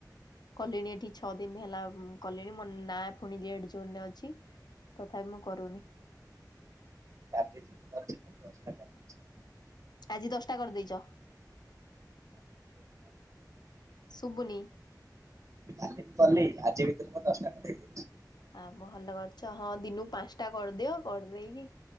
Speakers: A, on the left; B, on the right.
A: କଲିଣି ଏଠି ଛଅ ଦିନ ହେଲା। କଲିଣି ମୋ ନାଁ ପୁଣି ରେଡ୍ ଜୋନ ରେ ଅଛି, ତଥାପି ମୁଁ କରୁନି।
B: କାଲି ସୁଧା ଦିନକୁ ଦଶଟା କରିଦେଉଛି।
A: ଆଜି ଦଶଟା କରିଦେଇଛ? ଶୁବୁନି?
B: କାଲି ମୁଁ କଲି ଆଜି ଭିତରେ ମୁଁ ଦଶଟା କରିଦେଥିବି।
A: ହଁ ଭଲ କରିଛ ହଁ ଦିନକୁ ପାଞ୍ଚଟା କରିଦିଅ କରିଦେଇକି